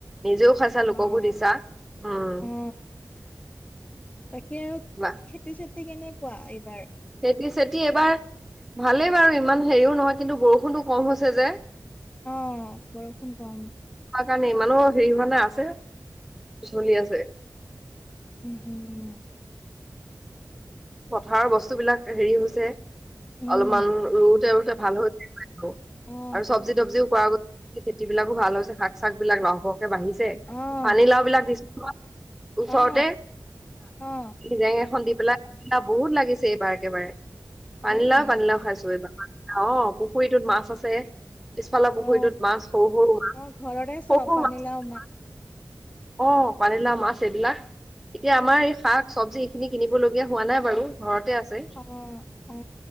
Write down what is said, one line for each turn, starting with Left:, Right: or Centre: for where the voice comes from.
Centre: নিজেও খাইছা লোককো
Left: অ
Centre: দিছা, উম।
Left: অ তাকে আৰু
Centre: বাহ
Left: খেতি চেতি কেনেকুৱা এইবাৰ?
Centre: খেতি চেতি এবাৰ, ভালেই বাৰু ইমান হেৰিও নহয় কিন্তু বৰষুণটো কম হৈছে যে।
Left: অ বৰষুণ কম।
Centre: সেইকাৰণে ইমানো হেৰি হোৱা নাই, আছে চলি আছে।
Left: উম উম উম।
Centre: পথাৰৰ বস্তু বিলাক হেৰি হৈছে।
Left: উম
Centre: অলপমান ৰুৱোতে ৰুৱতে ভাল হৈ গৈছে
Left: অ
Centre: আৰু চব্জি তবজিও। কৰা খেতি বিলাকো ভাল হৈছে শাক চাক বিলাকো লহপহকে বাঢ়িছে
Left: অ
Centre: পানীলাও বিলাক দিছো নহয় ওচৰতে
Left: অ অ
Centre: জেং এখন দি পেলাই পানীলাও বহুত লাগিছে এইবাৰ একেবাৰে পানীলাও
Left: হয় নেকি
Centre: পানীলাও খাইছো এইবাৰ অঁ পুখুৰীটোত মাছ আছে পিছফালৰ পুখুৰীটোত
Left: অ
Centre: মাছ সৰু সৰু মাছ
Left: অ ঘৰতে চব
Centre: সৰু সৰু
Left: পানীলাও
Centre: মাছ অঁ পানীলাও মাছ এইবিলাক এতিয়া আমাৰ এই শাক চব্জি এইখিনি কিনিব লগা এতিয়া হোৱা নাই বাৰু ঘৰতে আছে
Left: অ অ